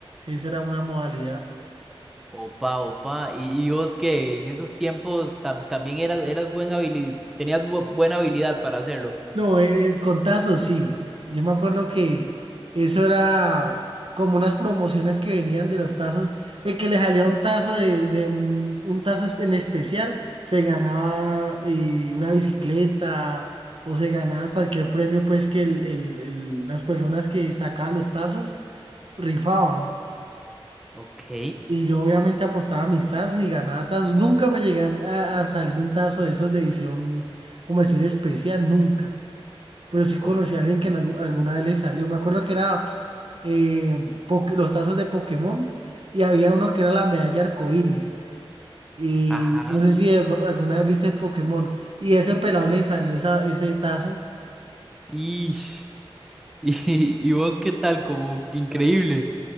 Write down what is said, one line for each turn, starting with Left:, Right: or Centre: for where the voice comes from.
Right: Esa era una modalidad.
Centre: Opa, opa. ¿Y, y vos que en esos tiempos tam- también eras, eras buen habili- tenías bu- buena habilidad para hacerlo?
Right: No, eh, contazo, sí. Yo me acuerdo que eso era como unas promociones que venían de los tazos. El que le salía un tazo de, de un, un tazo es- en especial, se ganaba eh, una bicicleta o se ganaba cualquier premio, pues que el- el- el- las personas que sacaban los tazos rifaban.
Centre: Ok.
Right: Y yo obviamente apostaba mis tazos y ganaba tazos. Nunca me llegué a, a salir un tazo de esos de edición, como decir, especial, nunca pero sí conocí
Centre: Oh,
Right: a alguien que en algu- alguna vez le salió. Me acuerdo que era eh, poke- los tazos de Pokémon y había uno que era la medalla arcoíris. Y
Centre: ajá.
Right: no sé si de pro- alguna vez viste Pokémon y ese pelado le salió esa, ese tazo.
Centre: Ish. <laughs> Y, y vos qué tal, como increíble.